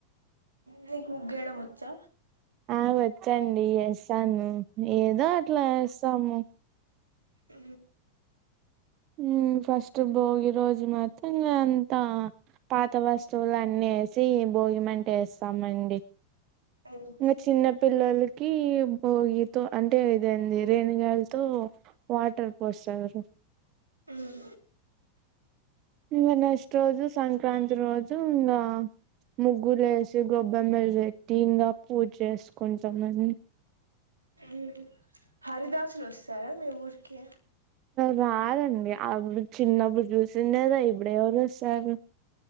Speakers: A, on the right (about 80°); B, on the right (about 35°).
A: మీకు ముగ్గేయడం వచ్చా
B: ఆ వచ్చండి ఎస్తాను ఏదో అట్లా వస్తాము
A: అ
B: హమ్ ఫస్ట్ భోగి రోజు మాత్రం అంతా పాత వస్తువులు అన్ని వేసి భోగిమంట వేస్తామండి
A: ఉమ్
B: ఇంకా చిన్న పిల్లోలకి భోగి తో అంటే ఇదే అండి రేనిగాయలతో వాటర్ పోస్తారు
A: ఉమ్
B: ఇంగ నెక్స్ట్ రోజు సంక్రాంతి రోజు ఇంగా ముగ్గులు వేసి గొబ్బెమ్మలు పెట్ టిన్ గా పూజ చేసుకుంటాం అని
A: ఉ హరిదాసులు వస్త సరే మీ ఊరికి
B: రారండి అపుడు చిన్నప్పుడు చూసిండేదె ఇప్పుడు ఎవరు వస్తారు